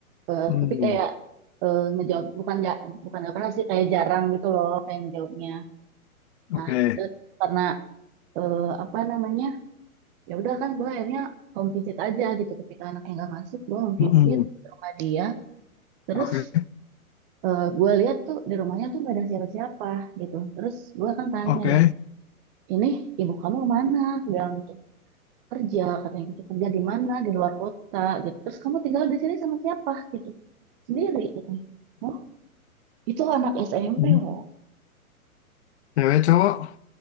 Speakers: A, on the right; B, on the left.
A: eh,
B: mm,
A: tapi kayak eh, ngejawab bukan ja- bukan nggak pernah sih kayak jarang gitu loh kayak ngejawabnya.
B: Oke.
A: Nah udah, karena eh, apa namanya ya udah kan gue akhirnya home visit aja gitu ketika anaknya nggak masuk gue home
B: Mm-mm,
A: visit ke rumah dia. Terus
B: Oke.
A: eh gue lihat tuh di rumahnya tuh gak ada siapa-siapa gitu. Terus gue kan tanya
B: Oke.
A: ya, ini ibu kamu kemana? Dia Bilang gitu, kerja katanya gitu, kerja di mana? Di luar kota gitu. Terus kamu tinggal di sini sama siapa gitu? Sendiri katanya. Oh, itu anak SMP
B: Mm-mm.
A: loh,
B: Cewek cowok?